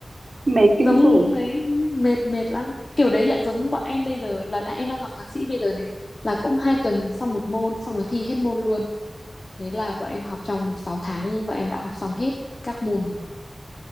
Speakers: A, on the right (about 55°); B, on the left (about 55°).
A: mệt kinh
B: giống
A: khủng.
B: ấy mệt mệt lắm. Kiểu đấy lại giống bọn em bây giờ là đã em đang học thạc sĩ bây giờ này, là cũng hai tuần xong một môn xong rồi thi hết môn luôn. Thế là bọn em học trong 6 tháng và em đã học xong hết các môn rồi.